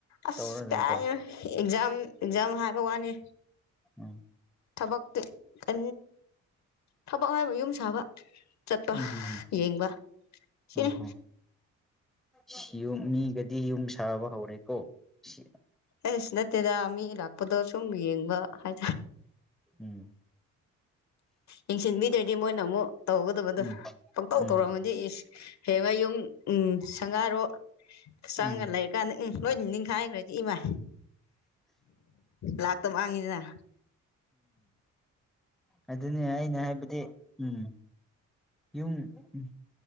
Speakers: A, on the left; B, in the centre.
A: ꯑꯁ
B: ꯇꯧꯔ
A: ꯀꯥꯏ
B: ꯂꯩꯕ꯭ꯔꯣ
A: ꯑꯦꯖꯝꯖꯝ ꯍꯥ ꯔꯅꯤ
B: ꯎꯝ
A: ꯊꯕꯛꯇ ꯑ ꯊꯕꯛ ꯍꯥꯏꯕ ꯌꯨꯝ ꯁꯥꯕ ꯆꯠꯄ
B: ꯎꯝ ꯎꯝ
A: ꯌꯦꯡꯕ ꯁꯤꯅꯤ
B: ꯎꯝ ꯎꯝꯝꯨꯝ ꯃꯤꯒꯗꯤ ꯌꯨꯝ ꯁꯥꯕ ꯍꯧꯔꯦꯀꯣ ꯁꯤ
A: ꯑꯩꯁꯨ ꯅꯠꯇꯦꯗ ꯃꯤ ꯂꯥꯛꯄꯗꯣ ꯁꯨꯝ ꯌꯦꯡꯕ ꯍꯥꯏ
B: ꯎꯝ
A: ꯌꯦꯡꯁꯤꯟꯕꯤꯗ꯭ꯔꯗꯤ ꯃꯣꯏꯅ ꯑꯃꯨꯛ ꯇꯧꯒ ꯑꯗꯨꯗ
B: ꯎꯝ
A: ꯄꯪꯇꯧ
B: ꯎꯝ
A: ꯇꯧꯔꯛꯑꯃꯗꯤ <inaudible> ꯍꯦꯃꯌꯨꯝ ꯎꯝ ꯁꯪꯒꯥꯔꯣ ꯆꯡꯒ
B: ꯎꯝ
A: ꯂꯩꯔꯀꯥꯟꯗ ꯎꯝ ꯂꯣꯏ ꯅꯤꯡꯈꯥꯏꯈ꯭ꯔꯦꯗꯤ ꯏꯃ ꯂꯥꯛꯇꯕ ꯃꯥꯡꯉꯤꯁꯤꯅ
B: ꯑꯗꯨꯅꯤ ꯑꯩꯅ ꯍꯥꯏꯕꯗꯤ ꯎꯝ ꯌꯨꯡ ꯎꯝ